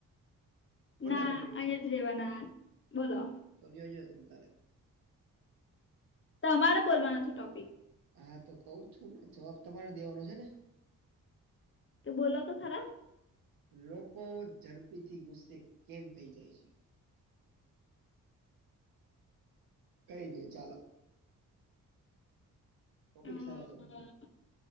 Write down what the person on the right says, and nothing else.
ટોપિક
ચલી હ જ્યો ચિંતારે <unintelligible>
હા તો કહુ જ છુ ને જવાબ તમારે દેવાનો છે ને.
લોકો ઝડપીથી ગુસ્સે કેમ થઇ જાય છે? કઈ નહિ ચાલો. ટોપિક
સારા છે આપણા.